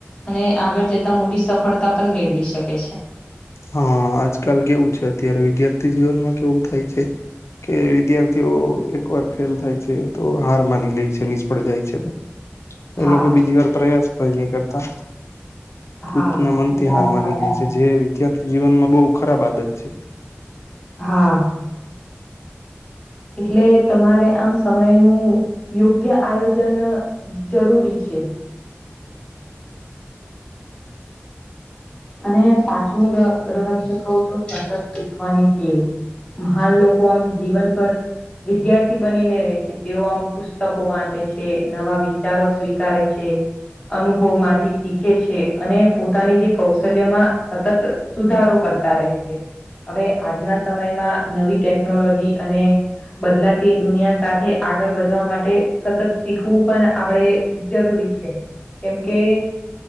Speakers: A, on the left; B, on the left.
A: અને આગળ જતા મોટી સફળતા પણ મેળવી શકે છે.
B: હા આજકાલ કેવું છે અત્યારે વિદ્યાર્થી જીવનમાં કેવું થાય છે. કે વિદ્યાર્થીઓ એકવાર ફેલ થાય છે તો હાર માની લે છે નિષ્ફળ જાય છે. એ
A: હા
B: લોકો બીજી વાર પ્રયાસ પણ નહી કરતા. કૃતના
A: હા
B: મનથી હાર માની લે છે જે વિદ્યાર્થી જીવનમાં બહુ ખરાબ આદત છે.
A: હા. એટલે તમારે આમ સમય નું યોગ્ય આયોજન જરૂરી છે. છે. અને પાંચમું રહસ્ય કવ તો સતત શીખવાની ટેવ. મહાન લોકો આમ જીવન પર. વિદ્યાર્થી બનીને રહે છે તેઓ આમ પુસ્તકો વાંચે છે નવા વિચારો સ્વીકારે છે. અનુભવ માંથી શીખે છે અને પોતાની જે કૌશ. કૌશલ્યમાં સતત સુધારો કરતા રહે છે. હવે આજના સમયમાં નવી ટેકનોલોજી અને. બદલાતી દુનિયા સાથે આગળ વધવા માટે સતત શીખવું પણ આપણેે જરૂરી. કેમકે